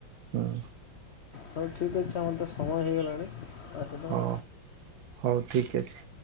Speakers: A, on the right; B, on the left.
A: ହୁଁ।
B: ହଉ ଠିକ୍ ଅଛି ଆମର ତ ସମୟ ହେଇଗଲାଣି। ତେଣୁ
A: ହଉ ହଉ ଠିକ୍ ଅଛି।